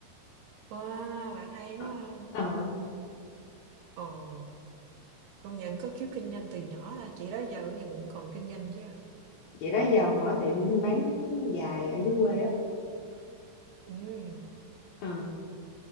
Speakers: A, on the right (about 75°); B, on the left (about 65°).
A: wow, bạn hay quá
B: Ờ.
A: ha!
B: Ờ.
A: Ồ, công nhận có khiếu kinh doanh từ nhỏ ta, chị đó giờ cũng nhận còn kinh doanh chứ hả?
B: chị đó giờ mở tiệm bán giày ở dưới quê á
A: Ừm.
B: Ờ,